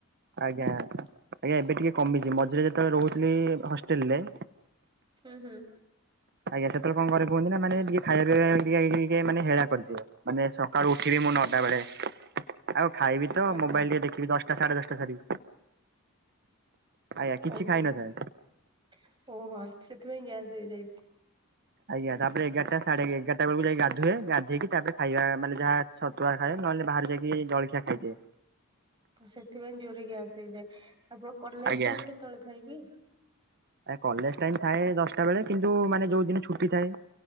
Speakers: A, on the right (about 50°); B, on the right (about 20°).
A: ଆଜ୍ଞା ଆଜ୍ଞା ଏବେ ଟିକେ କମିଛି ମଝିରେ ଯେତେବେଳେ ରହୁଥିଲି ହଷ୍ଟେଲ ରେ
B: ହୁଁ ହୁଁ।
A: ଆଜ୍ଞା ସେତବେଳେ କଣକରେ କୁହନ୍ତି ନା ମାନେ ଟିକେ ଖାଇବାପିଇବା ଟିକେ ମାନେ ହେଳା କରିଦିଏ। ମାନେ ସକାଳୁ ଉଠିବି ମୁଁ ନଅଟା ବେଳେ ଆଉ ଖାଇବି ତ
B: ଆଜ୍ଞା
A: ମୋବାଇଲ ଟିକେ ଦେଖି ଖିବୀ ଦଶଟା ସାଢେ ଦଶଟା ସାରି। ଆଜ୍ଞା କିଛି
B: ଓହୋ
A: ଖାଇନଥାଏ
B: ଓ ସେଥିପାଇଁ ଗ୍ୟାସ୍ ହେଇଯାଇ
A: ଆଜ୍ଞା, ତାପରେ ଏଗାରଟା ସାଢେ ଏଗାର ବେଳେ ଯାଇକି ଗାଧୁଏ ଗାଧେଇକି ତାପରେ ଖାଇବା ମାନେ ଯାହା ଛତୁଆ ଖାଏ, ନହେଲେ ବାହାରେ ଯାଇକି ଜଳଖିଆ ଖାଇଦିଏ।
B: ସେଥିପାଇଁ ଜୋରେ କି ଗ୍ୟାସ ହେଇଯାଏ, ଆପଣ କଲେଜ
A: ଆଜ୍ଞା।
B: ଟାଇମ କେତେବେଳେ ଥାଏ କି?
A: କଲେଜ ଟାଇମ ଥାଏ ଦଶଟା ବେଳେ କିନ୍ତୁ ମାନେ ଯୋଉ ଦିନ ଛୁଟି ଥାଏ।